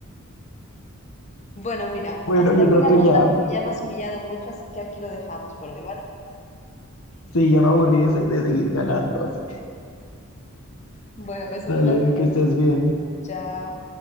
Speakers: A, on the left; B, on the left.
A: Bueno, mira,
B: Bueno,
A: hasta
B: yo
A: aquí
B: creo
A: la
B: que
A: ronda
B: ya,
A: porque ya me has humillado mucho, así que aquí lo dejamos por hoy, ¿vale?
B: sí, ya me aburrí de, se- de seguir ganando. así.
A: Bueno, pues un
B: Dale,
A: placer.
B: que estés bien.
A: Chao.